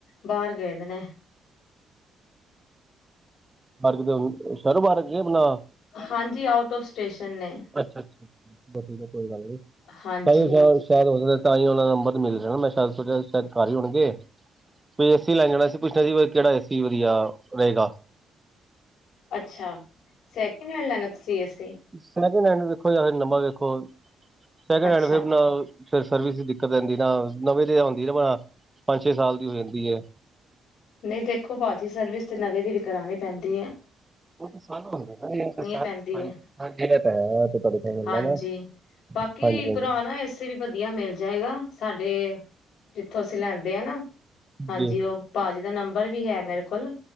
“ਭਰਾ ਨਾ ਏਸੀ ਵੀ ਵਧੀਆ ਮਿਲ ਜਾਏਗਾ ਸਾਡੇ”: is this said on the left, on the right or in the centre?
Left